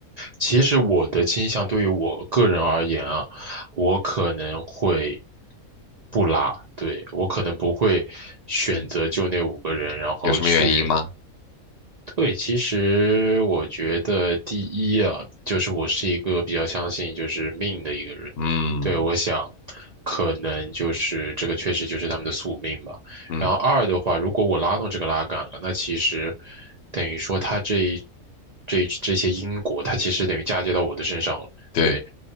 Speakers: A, on the right; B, on the left.
A: 其实我的倾向对于我个人而言啊，我可能会不拉，对，我可能不会选择就那五个人，
B: 嗯，
A: 然后去
B: 有什么原因吗？
A: 对，其实我觉得第一啊，就是我是一个比较相信就是命的一个人。
B: 嗯
A: 对，我想，可能就是这个确实就是他们的宿命吧。
B: 嗯，
A: 然后二的话，如果我拉动这个拉杆了，那其实等于说他这一这一这些因果，它其实等于嫁接到我的身上了。
B: 对，
A: 对，